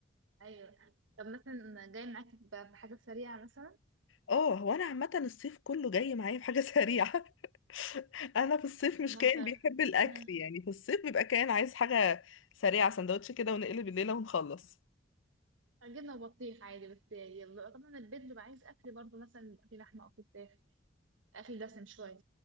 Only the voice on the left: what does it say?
اه هو انا عامه الصيف كله جاي معايا بحاجه سريعه <laughs> انا في الصيف مش
كائن بيحب الاكل
يعني في الصيف بيبقى كائن عايز حاجه سريعه سندوتش كده ونقلب الليله ونخلص